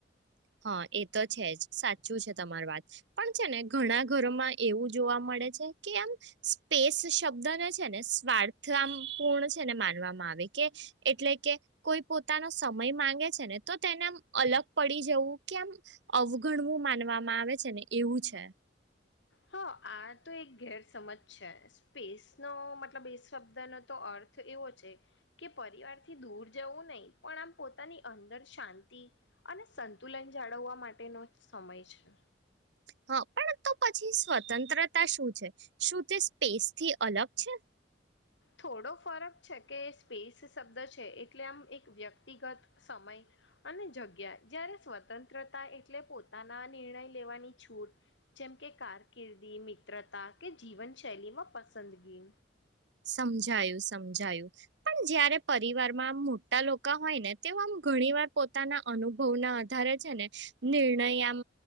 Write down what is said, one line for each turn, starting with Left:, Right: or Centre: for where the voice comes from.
Right: હા એ તો છે જ સાચું છે તમાર વાત પણ છે ને ઘણા ઘરમાં એવું જોવા મળ ળે છે કેમ સ્પેસ શબ્દને છે ને સ્વાર્થ પૂર્ણ છે ને માનવામાં આવે. કે એટલે કે કોઈ પોતાનો સમય માંગે છે ને તો તેને અલગ પડી જેવું કેમ અવગણવું માનવામાં આવે છે ને એવું છે.
Left: હા આ તો એક ગેરસમજ છે સ્પેસનો મતલબ એ શબ્દનો તો અર્થ એવો છે કે પરિવાર થી દૂર જવું નહી પણ આમ પોતાની અંદર શાંતિ અને સંતુલન જાળવવા માટેનો સમય છે.
Right: હા પણ તો પછી સ્વતંત્રતા શું છે શું તે સ્પેસથી અલગ છે.
Left: થોડો ફરક છે કે સ્પેસ શબ્દ છે એટલે આમ એક વ્યક્તિગત સમય અને જગ્યા જયારે સ્વતંત્રતા એટલે પોતાના નિર્ણય લેવાની છૂટ જેમ કે કારકિર્દી મિત્રતા કે જીવનશૈલીમાં પસંદગી
Right: સમજાયું સમજાયું પણ જયારે પરિવારમાં આમ મોટા લોકો હોય ને તેઓ આમ ઘણી વાર પોતાના અનુભવ ના આધારે છે ને નિર્ણય આમ